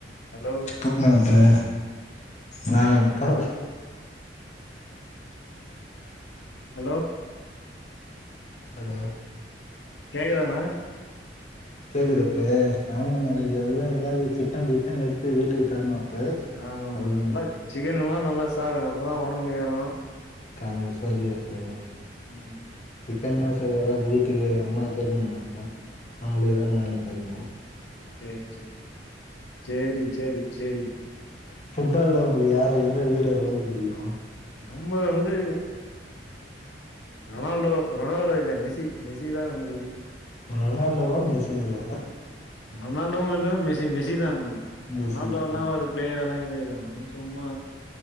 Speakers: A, on the left; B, on the left.
A: ஹலோ
B: தூங்குராங்க ப்பே நாங்க உட்காந்து
A: ஹலோ
B: ஹலோ
A: கேக்குதான
B: கேக்குதா அப்பு நானு நாளைக்கி <unintelligible> சிக்கன் கிக்கன்னு எடுத்து வீட்டுக்குத் தரணு அப்பு
A: ஆமா ஆமா
B: அதுதா
A: நல்லா சிக்கன் எல்லா நல்லா சா அப்பதா ஒடம்பு ஏறு
B: காலைல சொரி அப்பு
A: ம்
B: கென்ன சரி எதாது வீட்டுக்கு அம்மா கேட்டிருந்தாங்க நாங்களேதான் வாங்கி போயிருந்தோ
A: செரி செரிங் செரி செரி செரிங்
B: ஃபுட்டா இருந்தாலு உங்களுக்கு யாரு எந்த வீரர் ரொம்ப புடிக்கு
A: நம்ம வந்து ரொனால்டோ ரொனால்டோ இல்ல மெஸி மெஸி தா நம்மளுக்கு
B: ரொனால்டோவா மெஸிங்கல
A: ரொனால்டோவு இல்ல மெஸி மெஸி தா நம்மளுக்
B: மெஸ்ஸி
A: ரொனால்டோ எல்லா
B: ஆ
A: ஒரு பிளேயர்ல்லா தே தா அவ சும்மா